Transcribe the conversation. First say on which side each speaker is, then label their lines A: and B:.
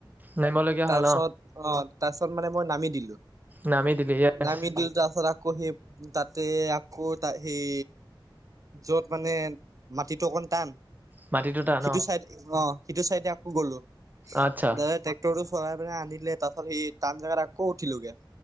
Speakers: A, on the right (about 20°); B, on the right (about 40°).
A: নামিবলগীয়া
B: তাৰপিছত
A: হ'ল
B: অ তাৰপিছত মানে মই নামি দিলো
A: নামি দিলি য়েছ
B: নামি দিলোঁ তাৰ পাছত আকৌ সেই তাতে আকৌ ত সেই যত মানে মাটিটো অকন টান
A: মাটিটো টান
B: সিটো
A: অ'
B: চাইডে অ সিটো চাইডে আকৌ গ'লো
A: আচ্ছা
B: দাদা ট্ৰেক্টৰটো চৰাই পেলাই আনিলে তাৰপাছত সেই টান জেগাত আকৌ উঠিলোগে